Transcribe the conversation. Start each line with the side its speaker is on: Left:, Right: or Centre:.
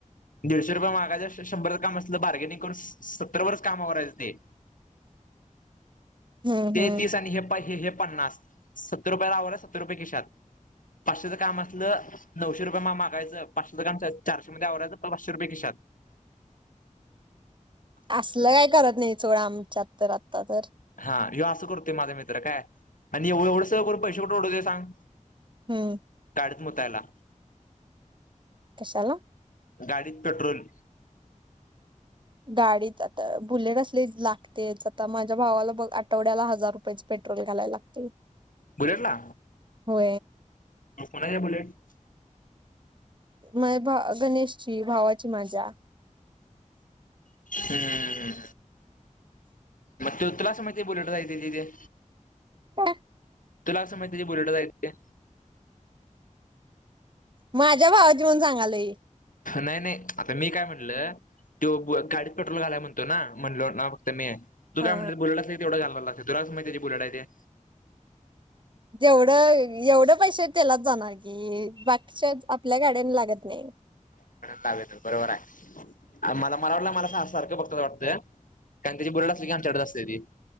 Left: दीडशे रुपये महागाच्या शंभर काम असलं बार्गेनिंग करून सत्तर वरच कामा करायचं ते
Right: हम्म
Left: ते
Right: हम्म
Left: ततीस आणि हे हे पन्नास सत्तर रुपये लाव सत्तर रुपये किशात पाचशेचं काम असलं नऊशे रुपये मग मागायं पाचशेच काम चारशे मध्ये आवरायचं पाचशे रुपये खिशात हम
Right: असलं काय करत नाही चोळा आमच्यात तर आता तर
Left: ह असं करततेय माझा मित्र काय आणि एव एवढं स करू पैसे कठ वढवते सांग
Right: हम्म
Left: अडत मोतयला
Right: कशाला
Left: गाडीत पेट्रोल
Right: गाडीच आता बुलेट असले लागतेच आता माझ्या भावाला बघ आठवड्याला हजार रुपयाेच पेट्रोल घालायला लागतील
Left: बुलेटला
Right: हो
Left: कोणा आहे बुलेट
Right: म भा गणेशची भावाची माज्या
Left: हम् म ते उत्ला समती बोल दि ददी
Right: का
Left: क स माहितीची बलटे
Right: माझ्या भावाची म्हण सांगालय
Left: नाही नाही आता मी काय म्हणलं तो गाडीत पेट्रोल घालायला म्हणतो ना म्हणल ना फक्त मी आहे तू
Right: हा
Left: काय म्ह बोलला तेवढंालाग तुला गुडडा ते
Right: जेवढं एवढं पैसे त्याला जाणार की बागच्या आपल्या गाड्यान लागत नाही
Left: लागत बरोबर आहे मला मला वाटलं मला सारखं फक्त वाटतं कारण त्याची बुड अस की आमच्याडडेच असते ती